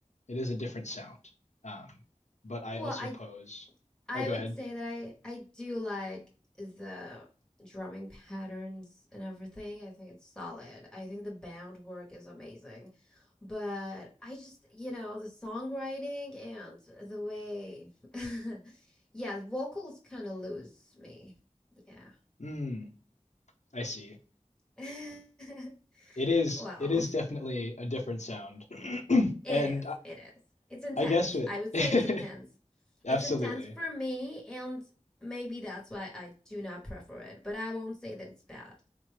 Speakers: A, on the left (about 65°); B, in the centre.
A: It is a different sound. Um, but I
B: Well,
A: also
B: I
A: pose.
B: I
A: Oh, go
B: would
A: ahead.
B: say that I I do like the drumming patterns and everything. I think it's solid. I think the band work is amazing. But I just, you know, the songwriting and the way <laughs> yeah, the vocals kind of lose me. Yeah.
A: Mm, I see.
B: <laughs>
A: It is
B: Well,
A: it is definitely a different sound. <clears throat>
B: it
A: And
B: is.
A: I,
B: It is. It's intense.
A: I guess it
B: I would say it's intense.
A: <laughs> absolutely.
B: It's intense for me and maybe that's why I do not prefer it, but I won't say that it's bad.